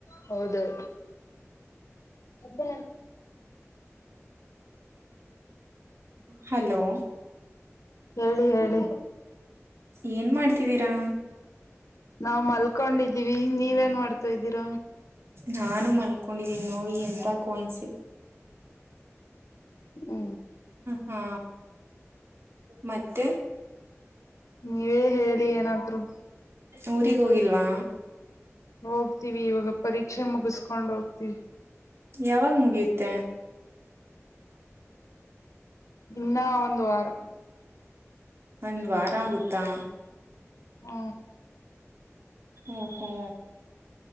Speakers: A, on the left (about 80°); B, on the right (about 55°).
A: ಹೌದೌದು ಮ
B: ಹಲೋ
A: ಹೇಳಿ ಹೇಳಿ
B: ಏನ್ ಮಾಡ್ತಿದ್ದೀರಾ
A: ನಾವವು್ ಮಲ್ಕೊಂಡಿದ್ದೀವಿ ನೀವ ನ್ ಮಾಡ್ತೋ ಇದ್ದೀರ
B: ನಾನು ಮಲ್ಕೊಂಡಿದ್ದೀನಿ ನೋಡಿ ಎಂತ ಕಾಯಿನ್ಸ
A: ಹ್ಮ
B: ಹಾ ಮತ್ತೆ
A: ನೀವೇ ಹೇಳಿ ಏನಾದ್ರು
B: ಉಊರಿಗೋೋಗಲ್ವಾ
A: ಹೋಗ್ತೀವಿ ಇವಾಗ ಪರೀಕ್ಷೆ ಮುಗಿಸ್ಕೊಂಡ್ ಹೋಗ್ತೀವಿ
B: ಯಾವಾಗ ಮುಗಿ ತ್ತ
A: ಇನ್ನ ಒಂದು ವಾರ
B: ಒಂದ್ ವಾರ ಆಗುತ್ತಾ
A: ಹ್ಮ
B: ಹ್ಮ ಹಾ